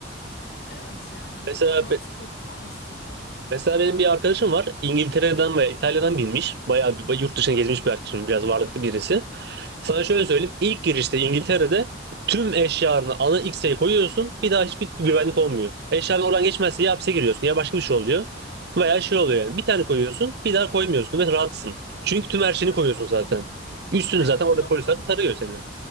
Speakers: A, on the left; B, on the right.
A: Evet yani hani
B: Mesela
A: mantıklı olan o aslında.
B: Mesela benim bir arkadaşım var. İngiltere'den veya İtalya'dan binmiş. Bayağı bir, yurt dışına gezmiş bir arkadaşım. Biraz varlıklı birisi. Sana şöyle söyleyeyim. İlk girişte İngiltere'de tüm eşyalarını ana X'e koyuyorsun. Bir daha hiçbir güvenlik olmuyor. Eşyaların oradan geçmezse ya hapse giriyorsun ya başka bir şey oluyor. Veya şey oluyor yani. Bir tane koyuyorsun bir daha koymuyorsun ve rahatsın. Çünkü tüm her şeyini
A: Bak
B: koyuyorsun zaten. Üstünü
A: aynen
B: zaten orada
A: o da
B: polisler
A: mantıklı.
B: tarıyor seni.